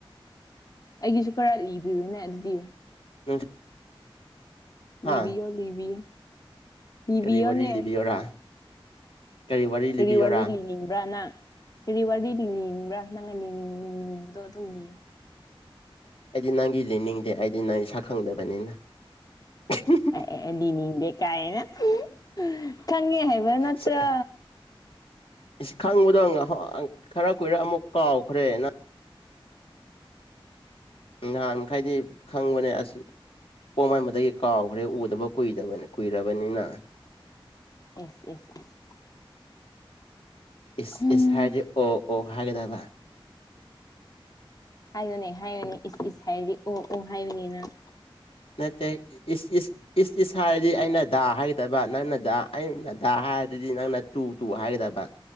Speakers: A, on the left; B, on the left.
A: ꯑꯩꯒꯤꯁꯨ ꯈꯔ ꯂꯤꯕꯤꯔꯨꯅꯦ ꯑꯗꯨꯗꯤ
B: <unintelligible> ꯍꯥ
A: ꯂꯤꯕꯤꯌꯣ ꯂꯤꯕꯤꯌꯣ ꯂꯤꯕꯤꯌꯣꯅꯦ
B: ꯀꯔꯤ ꯋꯥꯔꯤ ꯂꯤꯕꯤꯌꯣꯔꯥ ꯀꯔꯤ ꯂꯤꯕꯤꯌꯣꯔꯥ
A: ꯀꯔꯤ ꯋꯥꯔꯤ ꯂꯤꯅꯤꯡꯕ꯭ꯔꯥ ꯅꯪ ꯀꯔꯤ ꯋꯥꯔꯤ ꯂꯤꯅꯤꯡꯕ꯭ꯔꯥ ꯅꯪꯅ ꯅꯤꯡꯕꯗꯣ ꯑꯗꯨꯝ ꯂꯤꯌꯣ
B: ꯑꯩꯗꯤ ꯅꯪꯒꯤ ꯂꯤꯅꯤꯡꯗꯦ ꯑꯩꯗꯤ ꯅꯪꯒꯤ ꯁꯛꯈꯪꯗꯕꯅꯤꯅ <unintelligible>
A: ꯑꯦ ꯑꯦ ꯑꯦ ꯂꯤꯅꯤꯡꯗꯦ ꯀꯥꯏꯅ ꯍꯨꯡ ꯈꯪꯉꯦ ꯍꯥꯏꯕ ꯅꯠꯇ꯭ꯔꯥ
B: ꯁ- ꯏꯁ ꯈꯪꯕꯗꯣ ꯑꯪ ꯍꯪ ꯈꯔ ꯀꯨꯏꯔ ꯑꯃꯨꯛ ꯀꯥꯎꯈ꯭ꯔꯦ ꯅꯪ ꯅꯍꯥꯟ ꯈꯩꯗꯤ ꯈꯪꯕꯅꯦ ꯑꯁ ꯑꯣꯛ ꯃꯥꯟꯕꯗꯒꯤ ꯀꯥꯎꯈ꯭ꯔꯦ ꯎꯗꯕ ꯀꯨꯏꯗꯕꯅꯦ ꯀꯨꯏꯔꯕꯅꯤꯅ
A: ꯑꯦꯁ ꯑꯦꯁ ꯑꯦꯁ
B: ꯏꯁ
A: ꯎꯝ
B: ꯏꯁ ꯍꯥꯏꯔꯗꯤ ꯑꯣ ꯑꯣ ꯍꯥꯏꯒꯗꯕ
A: ꯍꯥꯏꯌꯨꯅꯦ ꯍꯥꯏꯌꯨꯅꯦ ꯏꯁ ꯏꯁ ꯍꯥꯏꯔꯗꯤ ꯑꯣ ꯑꯣ ꯍꯥꯏꯌꯨꯅꯦ ꯅꯪ
B: ꯅꯠꯇꯦ ꯏꯁ ꯏꯁ꯫ ꯏꯁ ꯏꯁ ꯍꯥꯏꯔꯗꯤ ꯑꯩꯅ ꯗꯥ ꯍꯥꯏꯒꯗꯕ ꯅꯪꯅ ꯗꯥ ꯗꯥ ꯍꯥꯏꯔꯗꯨꯗꯤ ꯅꯪꯅ ꯇꯨ ꯇꯨ ꯍꯥꯏꯒꯗꯕ꯫